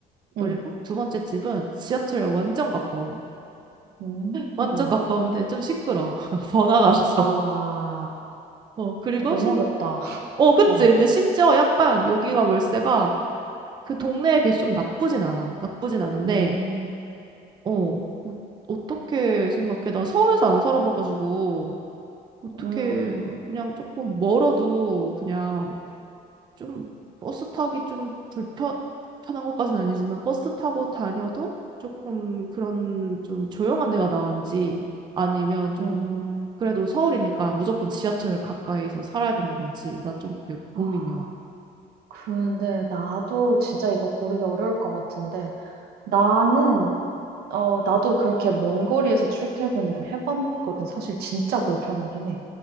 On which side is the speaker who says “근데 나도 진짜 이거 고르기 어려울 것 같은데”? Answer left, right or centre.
Right